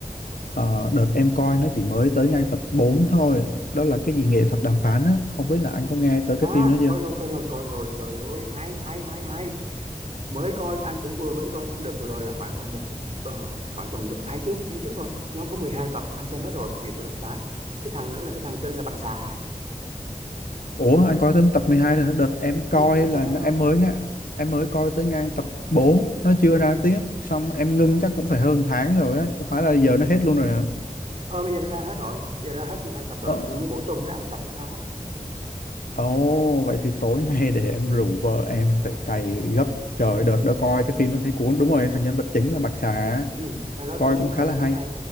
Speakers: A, on the left; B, on the right.
A: Ờ, đợt em coi nó chỉ mới tới ngang tập 4 thôi đó là cái gì nghệ thuật đàm phán á không biết là anh có nghe tới
B: à
A: cái phim đó chưa
B: coi rồi coi rồi coi rồi trời ơi hay hay hay hay mới coi anh cũng vừa mới coi xong được vừa rồi là khoảng tầm một ờ, khoảng tầm tháng trước tháng trước thôi nó có 12 tập anh xem hết rồi nghệ thuật đàm phán cái thằng đó là cái thằng tên là Bạch Xà
A: Ủa anh coi tới tập 12 rồi hả? đợt em
B: ừ,
A: coi
B: hết
A: là
B: mười hai
A: nó-
B: rồi
A: em mới nghe em mới coi tới ngang tập bốn nó chưa ra tiếp xong em ngưng chắc cũng phải hơn tháng rồi á hóa ra giờ nó hết luôn rồi hả
B: ờ bây giờ nó ra hết rồi giờ ra hết 12 tập rồi
A: Ờ,
B: thì như mỗi tuần nó ra một tập hay sao á
A: Ồ, vậy thì tối nay để em rủ vợ em phải cày gấp trời ơi, đợt đó coi cái phim nó thấy cuốn đúng rồi thằng nhân vật chính là Bạch Xà á,
B: ừ. thằng đó
A: coi
B: cũng
A: cũng khá
B: thằng
A: là
B: đó
A: hay
B: cũng hay